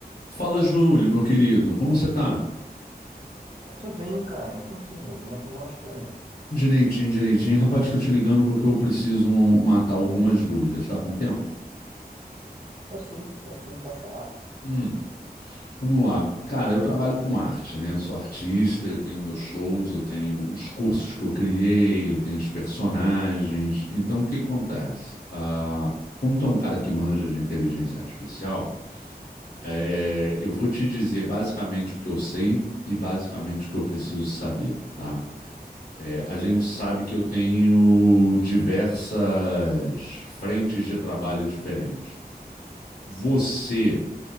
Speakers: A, on the left (about 65°); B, on the right (about 40°).
A: Fala, Júlio, meu querido, como você tá?
B: Eu tô bem, cara. E contigo? Como é que vão as coisas?
A: Direitinho, direitinho. Rapaz, tô te ligando porque eu preciso matar algumas dúvidas, tá com tempo?
B: Tô sim, tô sim, pode falar.
A: Hum, vamos lá. Cara, eu trabalho com arte, né? Eu sou artista, eu tenho meus shows, eu tenho os cursos que eu criei, eu tenho os personagens. Então, o que acontece? Ah, como tu é um cara que manja de inteligência artificial, é, eu vou te dizer basicamente o que eu sei e basicamente o que eu preciso saber, tá? É, a gente sabe que eu tenho diversas frentes de trabalho diferentes. Você,